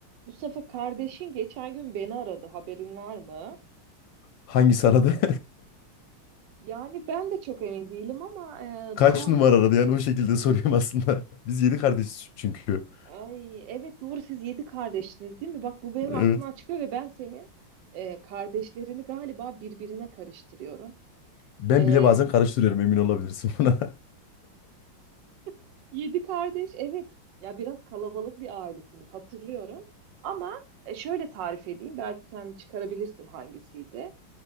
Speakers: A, on the right (about 65°); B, on the left (about 75°).
A: Mustafa kardeşin geçen gün beni aradı. Haberin var mı?
B: Hangisi aradı?
A: Yani ben de çok emin değilim ama e,
B: <laughs> Kaç
A: daha
B: numara aradı yani o şekilde sorayım aslında. <laughs> Biz yedi kardeşiz çünkü.
A: ay evet doğru siz yedi kardeşsiniz değil mi? Bak bu benim
B: Evet.
A: aklımdan çıkıyor ve ben senin e, kardeşlerini galiba birbirine karıştırıyorum.
B: Ben
A: E,
B: bile bazen karıştırıyorum emin olabilirsin buna. <laughs>
A: <laughs> Yedi kardeş, evet. Ya biraz kalabalık bir ailesiniz, hatırlıyorum. Ama e, şöyle tarif edeyim, belki sen çıkarabilirsin hangisiydi.